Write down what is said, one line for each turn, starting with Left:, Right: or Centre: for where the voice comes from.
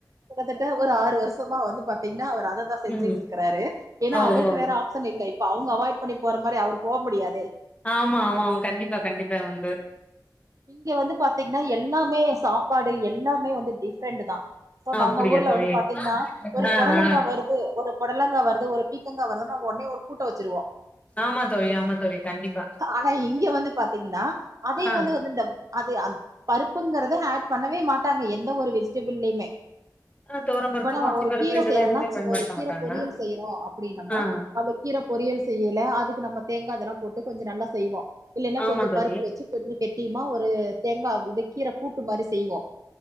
Right: கிட்டத்தட்ட ஒரு ஆறு வரு ஷமா வந்து பாத்தீங்னா அவர் அததான் செஞ்சிட்டு
Left: ம்
Right: இருக்காரு ஏனா
Left: ஓஹோ
Right: அவருக்கு வேற ஆப்ஷன் இல்லல்ல இப்ப அவுங்க அவாய்ட் பண்ணி போற மாரி அவர் போ முடியாதே
Left: ஆமாமா கண்டிப்பா கண்டிப்பா வந்து
Right: இங்க வந்து பாத்தீங்னா எல்லாமே சாப்பாடு எல்லாமே வந்து டிஃப்ரெண்ட்தா இப்போ நம்ம
Left: அப்டியா
Right: ஊர்ல
Left: தோழி
Right: வந்து பாத்தீங்னா ஒரு
Left: ஆ
Right: புடலங்கா
Left: ஆ
Right: வருது ஒரு புடலங்கா வருது ஒரு பீக்கங்கா வருதுனா ஒடனே ஒரு கூட்ட வெச்சிருவோ
Left: ஆமா தோழி ஆமா தோழி கண்டிப்பா
Right: ஆனா இங்க வந்து பாத்தீங்னா அதே
Left: ஆ
Right: வந்து இது இந்த அது அந் பருப்புங்கிறதே ஆட் பண்ணவே மாட்டாங்க எந்த ஒரு வெஜிடபிள்லயுமே
Left: ஆ துவரம்
Right: இப்பல்லா
Left: பருப்பு பாசி
Right: ஒரு
Left: பருப்பு
Right: கீர
Left: இதெல்லா
Right: செய்யறம்னா
Left: எதுவுமே பயன்படுத்த
Right: ஒரு கீர
Left: மாட்டாங்க
Right: பொரியல் செய்யறோ அப்டின்னம்னா
Left: ஆ
Right: அத கீரை பொரியல் செய்யலை அதுக்கு நம்ம தேங்கா இதெல்லா போட்டு கொஞ்சோ நல்லா செய்வோ இல்லன்னா
Left: ஆமா
Right: கொஞ்சோ
Left: தோழி
Right: பருப்பு வச்சு கொஞ்சோ கெட்டியுமா ஒரு தேங்கா இத கீரை கூட்டு மாரி செய்வோ